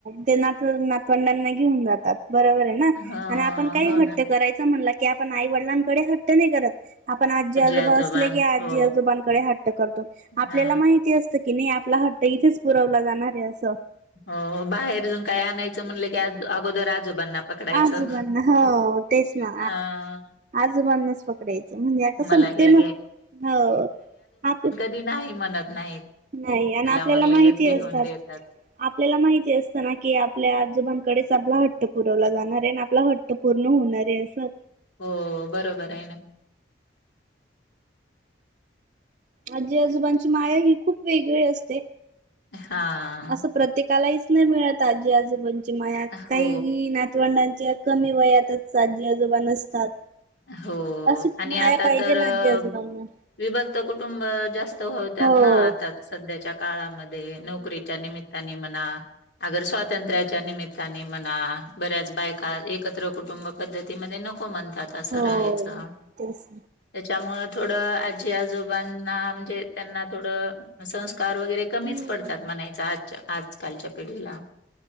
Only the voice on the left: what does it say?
ह
हो
ना
आजोबान
हो
हा
हो बाहेरुन काय आणायचं म्हणलं की अगोदर आजोबांना पकडायचं
अ
मला
हे
ती नाही म्हणत नाहीत.
त्याला
मग लगेच
घेऊन
देतात
हो बरोबर आहे ना.
हा.
हो
हो
आणि
आता
तर
अ.
विभक्त कुटुंब जास्त होतात
ना आता सध्याच्या काळामध्ये. नोकरीच्या
निमित्ताने म्हणा, अगर स्वातंत्र्याच्या निमित्ताने म्हणा. बऱ्याच बायका एकत्र कुटुंब पद्धतीमध्ये नको म्हणतात. असं
राहायचं.
त्याच्यामुळ थोडं आजी-आजोबांना म्हणजे त्यांना थोडं संस्कार वगैरे कमीच
पडतात म्हणायचं आजच्या आजकालच्या पिढीला.